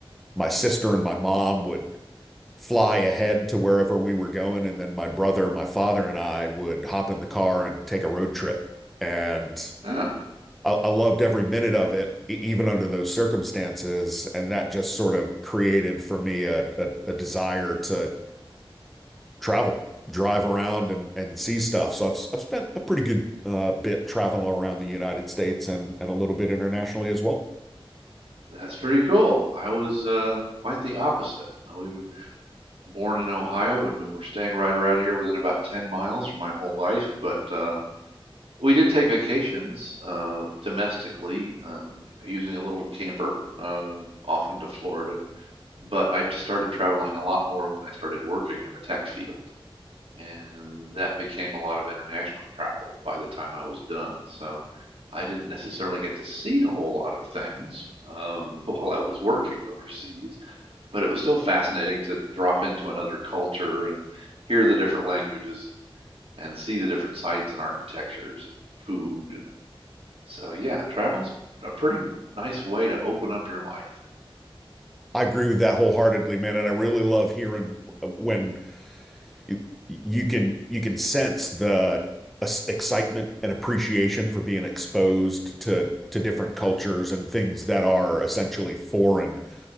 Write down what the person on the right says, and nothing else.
Huh,
that's pretty cool. I was uh, quite the opposite. Uh, We were born in Ohio and we were staying right around here within about 10 miles for my whole life, but uh, we did take vacations uh, domestically um, using a little camper, uh, often to Florida. But I started traveling a lot more when I started working in the tech field. and that became a lot of international travel by the time I was done. So I didn't necessarily get to see a whole lot of things um, <laughs> while I was working overseas, but it was still fascinating to drop into another culture and hear the different languages and and see the different sites and architectures and food and so yeah, travel's a pretty nice way to open up your life.